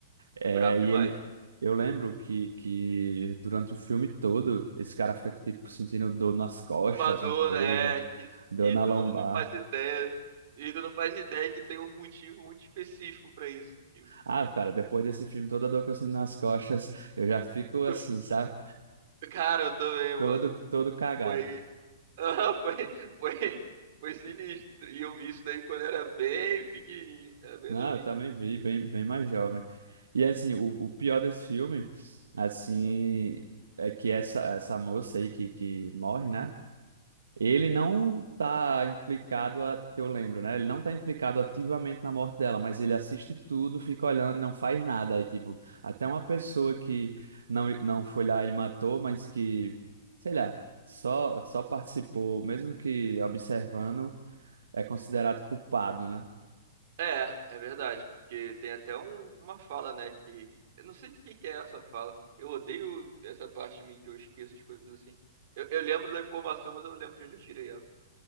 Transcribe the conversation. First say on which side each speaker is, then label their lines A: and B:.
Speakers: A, on the right; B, on the right.
A: É,
B: Brabo demais.
A: e ele. Eu lembro que, que durante o filme todo, esse cara fica, tipo, sentindo dor nas costas,
B: Fumador,
A: um peso,
B: né? É, E,
A: dor
B: e
A: na
B: tu
A: lombar.
B: não, não faz ideia. E tu não faz ideia que tem um motivo muito específico pra isso. Que
A: Ah, cara, depois desse filme, toda dor que eu sinto nas costas, eu já fico
B: tu-
A: assim,
B: é.
A: sabe?
B: <laughs> Cara, eu também, mano.
A: Todo, todo cagado.
B: Foi. <laughs> Ah, foi, foi, foi sinistro. E eu vi isso daí quando era bem pequenininho. Era bem
A: Não,
B: novinho.
A: eu também vi, bem, bem mais jovem. E assim, o, o pior desse filme, assim, é que essa, essa moça aí que, que morre, né? Ele não tá implicado, a, que eu lembro, né? Ele não tá implicado ativamente na morte dela, mas ele assiste tudo, fica olhando e não faz nada. Aí, tipo, até uma pessoa que não, não foi lá e matou, mas que, sei lá, só, só participou, mesmo que observando, é considerado culpado, né?
B: É, é verdade, porque tem até um- uma fala, né, que... Eu não sei de quem que é essa fala. Eu odeio essa parte de mim que eu esqueço as coisas assim. Eu, eu lembro da informação, mas eu não lembro de onde eu tirei ela.